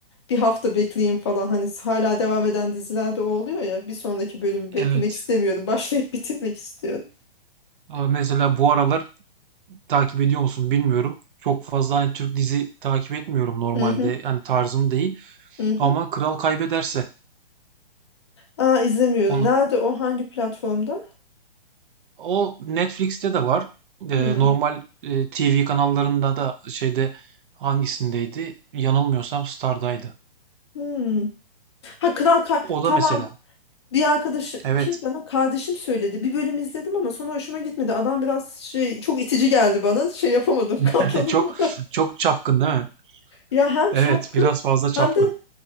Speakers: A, on the left (about 30°); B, on the right (about 60°).
A: Bir hafta bekleyeyim falan. Hani hala devam eden dizilerde o oluyor ya. Bir sonraki bölümü beklemek
B: evet
A: istemiyorum. <laughs> Başlayıp bitirmek istiyorum.
B: ama mesela bu aralar takip ediyor musun bilmiyorum. Çok fazla hani Türk dizi takip etmiyorum normalde.
A: Hı hı,
B: Yani tarzım değil.
A: hı hı.
B: Ama Kral Kaybederse
A: Aa izlemiyorum.
B: onu
A: Nerede o? Hangi platformda?
B: o Netflix'te de var.
A: Hmm.
B: Ee, normal e, TV kanallarında da şeyde hangisindeydi? Yanılmıyorsam Star'daydı.
A: Hmm. Ha Kral Ka-
B: O
A: tamam
B: da mesela.
A: Bir arkadaşım
B: Evet.
A: kim bana kardeşim söyledi. Bir bölüm izledim ama sonra hoşuma gitmedi. Adam biraz şey çok itici geldi bana. Şey yapamadım, <laughs> katlanamadım.
B: <laughs> Çok çok çapkın değil mi?
A: Ya hem
B: Evet,
A: çapkın
B: biraz fazla
A: hem
B: çapkın.
A: de